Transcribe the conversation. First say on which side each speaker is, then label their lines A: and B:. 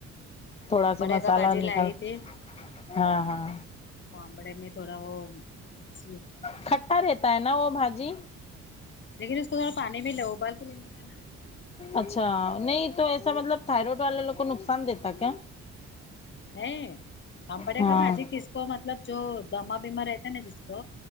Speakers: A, on the left (about 40°); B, on the left (about 20°).
A: میں
B: تھوڑا
A: وہ آمبڑے
B: سا مسالہ
A: کا بھاجی
B: اور
A: لائی
B: نکال
A: تھی
B: ہاں ہاں
A: بامڑے میں تھوڑا وہ <unintelligible>
B: کھٹا رہتا ہے نا وہ بھاجی
A: لیکن اس کو تھذڑا پانی بھی لو ابال کے لینے کا نا
B: اچھا نہیں تو ایسا مطلب تھائرائڈ والے لوگ کو نقصان دیتا کیا
A: ہے آبڑے
B: ہاں
A: کا بھاجی کس کو مطلب جو دما بیما رہتا نا جس کو